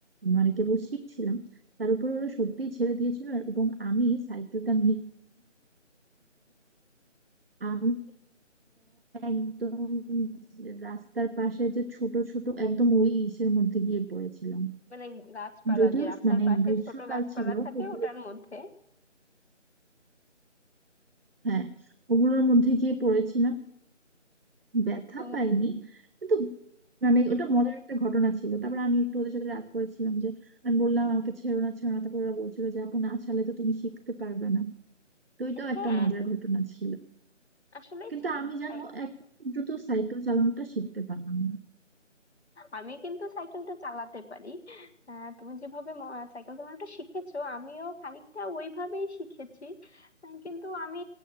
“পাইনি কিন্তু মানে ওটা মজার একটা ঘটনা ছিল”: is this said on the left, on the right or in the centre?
Right